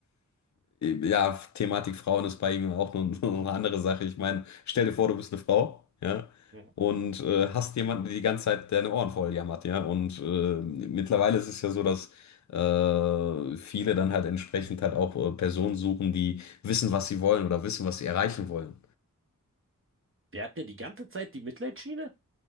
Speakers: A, on the left; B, on the right.
A: Ja, Thematik Frauen ist bei ihm auch nur nur <laughs> eine andere Sache. Ich meine, stell dir vor, du bist eine Frau, ja,
B: Mhm.
A: und äh, hast jemanden, der die ganze Zeit deine Ohren voll jammert, ja. Und äh, mittlerweile ist es ja so, dass äh, viele dann halt entsprechend halt auch äh, Personen suchen, die wissen, was sie wollen oder wissen, was sie erreichen wollen.
B: Der hat ja die ganze Zeit die Mitleidsschiene?